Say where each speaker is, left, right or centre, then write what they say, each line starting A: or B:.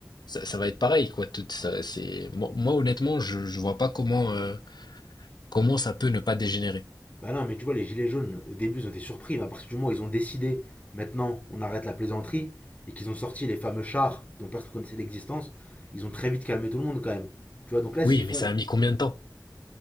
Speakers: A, on the left; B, on the left.
A: ça, ça va être pareil quoi. Tout ça, c'est moi, moi, honnêtement je je vois pas comment euh, comment ça peut ne pas dégénérer.
B: Bah non, mais tu vois, les gilets jaunes, au début, ils ont été surpris, mais à partir du moment où ils ont décidé, maintenant, on arrête la plaisanterie, et qu'ils ont sorti les fameux chars dont personne ne connaissait l'existence, ils ont très vite calmé tout le monde quand même. Tu vois, donc là,
A: Oui,
B: s'ils font.
A: mais ça a mis combien de temps?